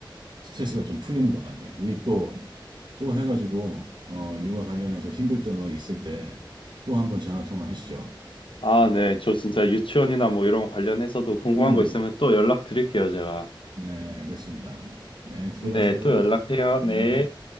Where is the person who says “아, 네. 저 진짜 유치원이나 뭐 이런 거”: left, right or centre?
Left